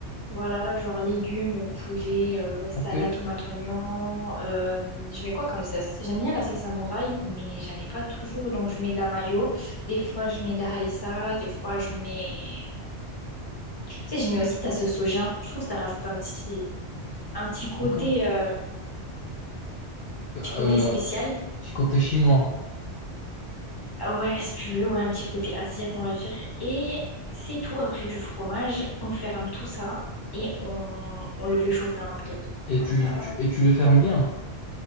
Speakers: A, on the left; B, on the left.
A: voilà, genre légumes, poulet, euh, salade,
B: ok,
A: tomate, oignon. euh, je mets quoi comme sauce? J'aime bien la sauce samouraï, mais j'en ai pas toujours. Donc, je mets de la mayo. Des fois, je mets de la harissa. Des fois, je mets. Tu sais, j'aimais aussi, t'as ce soja. Je trouve que ça rajoute un petit, un petit côté,
B: ok.
A: euh,
B: Euh,
A: petit côté spécial.
B: petit côté chinois.
A: Ah ouais, si tu veux, ouais, un petit côté asiatique, on va dire. Et c'est tout. Après du fromage, on ferme tout ça et on, on le fait chauffer un peu.
B: Et
A: Comme
B: tu,
A: ça.
B: tu- et tu le fermes bien.